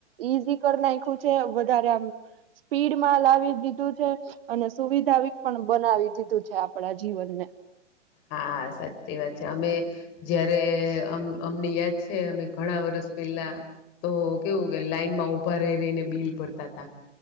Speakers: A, on the right; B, on the left.
A: ઈઝી કરી નાયખૂ છે. વધારે આમ સ્પીડમાં લાવી દીધું છે અને સુવિધાવીક પણ બનાવી દીધું છે. આપણા જીવનને
B: હા સાચી વાત છે અમે જયારે અમને યાદ છે અમે ઘણા વર્ષ પેલા તો કેવું કે લાઈન માં ઉભા રહી રહીને બિલ ભરતા તા.